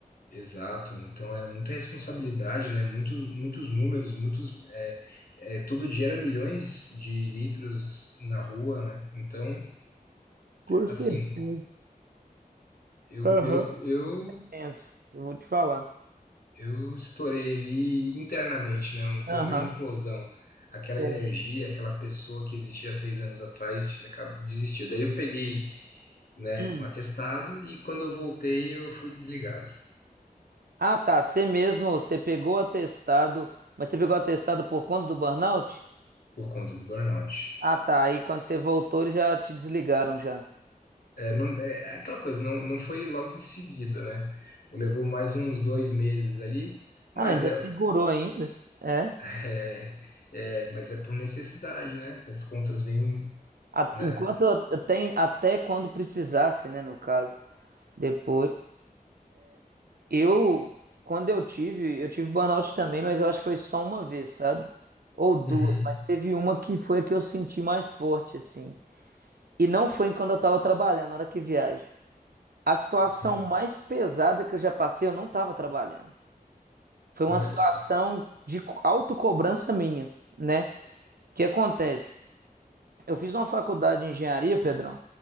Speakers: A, on the left; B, on the right.
A: exato. Então, era muita responsabilidade, né? Muitos, muitos números, muitos. é, é, todo dia era milhões de litros na rua, né? Então,
B: Com certeza.
A: assim, eu,
B: Aham.
A: eu, eu
B: Tenso. Eu vou te falar.
A: Eu estourei ali internamente, né? um- Foi
B: Aham.
A: uma implosão. Aquela
B: É.
A: energia,
B: <clears throat>
A: aquela pessoa que existia há seis anos atrás acab- desistiu. Daí eu peguei, né,
B: Hum.
A: um atestado e quando eu voltei eu fui desligado
B: Ah, tá. Você mesmo, você pegou o atestado, mas você pegou o atestado por conta do burnout?
A: por conta do burnout.
B: Ah, tá. Aí quando você voltou, eles já te desligaram já.
A: É, não, é aquela coisa, não, não foi logo em seguida, né? Levou mais uns dois meses ali,
B: Ah,
A: mas
B: não, ainda
A: é,
B: segurou ainda. É.
A: <laughs> é, é- mas é por necessidade, né? As contas vêm,
B: A-
A: né?
B: Enquanto até, até quando precisasse, né? No caso. depois. Eu, quando eu tive, eu tive burnout também, mas eu acho que foi só uma vez, sabe? Ou duas,
A: Uhum.
B: mas teve uma que foi a que eu senti mais forte, assim. E não foi quando eu tava trabalhando, na hora que viajo. A situação
A: Uhum.
B: mais pesada que eu já passei, eu não tava trabalhando. Foi uma
A: Olha
B: situação
A: só.
B: de co- autocobrança minha, né? O que acontece? Eu fiz uma faculdade de engenharia, Pedrão,